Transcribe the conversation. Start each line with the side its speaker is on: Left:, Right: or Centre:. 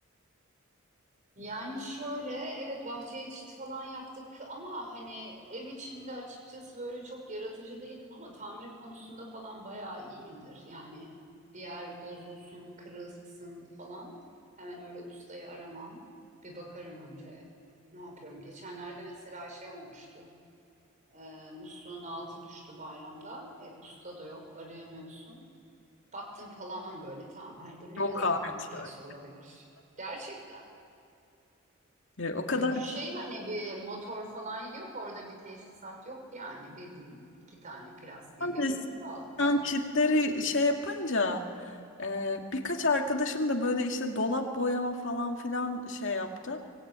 Right: Yani şöyle evet bahçeye çit falan yaptık ama hani ev içinde açıkçası böyle çok yaratıcı değilim ama tamir konusunda falan bayağı iyiyimdir. Yani bir yer bozulsun, kırılsın falan hemen öyle ustayı aramam. Bir bakarım önce ne yapıyorum. Geçenlerde mesela şey olmuştu. E, musluğun altı düştü bayramda. E, usta da yok arayamıyorsun. Baktım falan böyle tamam hani bu ne
Left: Yok
Right: kadar
Left: artık.
Right: kompleks olabilir. Gerçekten.
Left: E, o
Right: Çünkü
Left: kadar
Right: şey hani bir motor falan yok orada bir teşhisat yok yani bildiğin iki tane plastiği
Left: konuştum.
Right: birbirine bağlamışım.
Left: Ben çitleri şey yapınca e, birkaç arkadaşım da böyle işte dolap boyama falan filan şey yaptı.